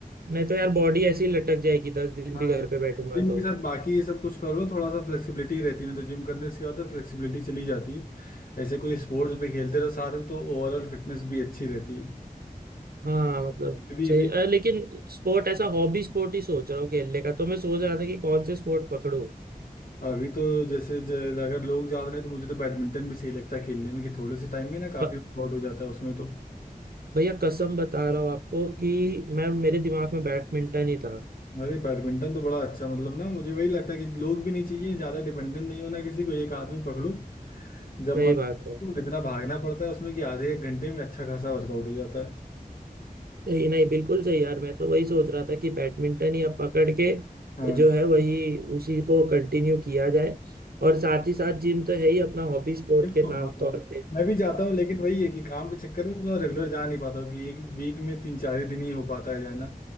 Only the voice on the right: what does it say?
नहीं तो यार बॉडी ऐसी लटक जाएगी दस दिन
भी घर पे बैठूंगा
तो।
हाँ मतलब
सही
अ, लेकिन स्पोर्ट ऐसा हॉबी स्पोर्ट ही सोच रहा हूँ खेलने का तो मैं सोच रहा था कि कौन से स्पोर्ट पकड़ूं
ब-
भैया कसम बता रहा हूँ आपको कि मैं मेरे दिमाग में बैडमिंटन ही था
सही
बात है
सही नहीं बिल्कुल सही यार मैं तो वही सोच रहा था कि बैडमिंटन ही अब पकड़ के
जो है वही उसी को कंटिन्यू किया जाए और साथ ही साथ जिम तो है ही अपना हॉबी स्पोर्ट
के
नाम
तौर पे